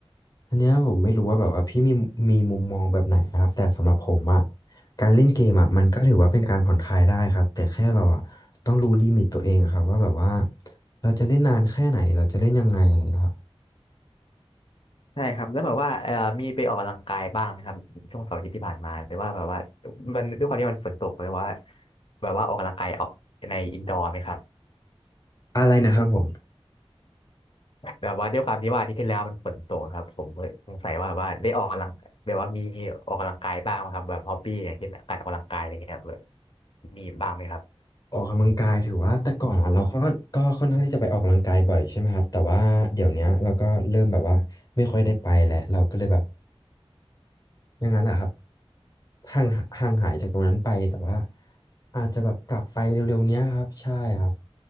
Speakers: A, on the left; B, on the left.
A: อันเนี้ยผมไม่รู้ว่าแบบว่าพี่มีมีมุมมองแบบไหนนะครับแต่สำหรับผมอะการเล่นเกมอะมันก็ถือว่าเป็นการผ่อนคลายได้ครับแต่แค่เราอะต้องรู้ลิมิตตัวเองครับว่าแบบว่าเราจะเล่นนานแค่ไหนเราจะเล่นยังไงอะไรครับ
B: ใช่ครับแล้วแบบว่าเอ่อมีไปออกกำลังกายบ้างไหมครับช่วงเสาร์อาทิตย์ที่ผ่านมาหรือว่าแบบว่ามันด้วยความที่มันฝนตกเลยว่าแบบว่าออกกำลังกายเอาในอินดอร์ไหมครับ
A: อะไรนะครับผม
B: แบบว่าด้วยความที่ว่าอาที่ที่แล้วมันฝนตกครับผมก็สงสัยว่าว่าได้ออกกำลังแบบว่ามีออกกำลังกายบ้างไหมครับแบบฮอบบี้อย่างเช่นการออกกำลังกายอะไรเงี้ยแบบมีบ้างไหมครับ
A: ออกกำลังกายถือว่าแต่ก่อนอ่ะเราก็ก็ค่อนข้างที่จะไปออกกำลังกายบ่อยใช่ไหมครับแต่ว่าเดี๋ยวเนี้ยเราก็เริ่มแบบว่าไม่ค่อยได้ไปแล้วเราก็เลยแบบอย่างนั้นแหละครับห่างห่างหายจากตรงนั้นไปแต่ว่าอาจจะแบบกลับไปเร็วๆเนี้ยครับใช่ครับ